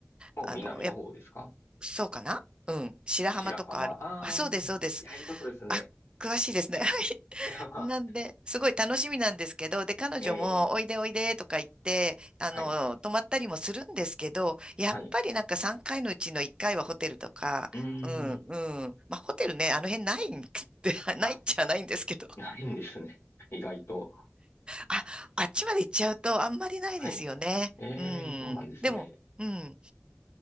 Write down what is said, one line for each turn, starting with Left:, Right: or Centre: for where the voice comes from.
Left: もう南の方ですか
Right: あの、やっそうかなうん。白浜とかある。
Left: 白浜。ああ、
Right: あ、そうです、
Left: いや、
Right: そうです。
Left: いいとこですね。
Right: あ、詳しいですね。はい。
Left: いや、まあ、
Right: なんで、すごい楽しみなんですけど、で、彼女も、
Left: ええ、
Right: おいでおいでとか言って、あの、
Left: はい、
Right: 泊まったりもするんですけど、やっぱりなんか3回のうちの1回はホテルとか、
Left: はい。うーん、
Right: うん、うん。まあ、ホテルね、あの辺ないん <laughs> ってないっちゃないんですけど、
Left: あ、ないんですね。<laughs> 意外と。
Right: あ、あっちまで行っちゃうとあんまりないですよね。
Left: はい。ええ、
Right: うん。
Left: そうなんですね。
Right: でも、うん。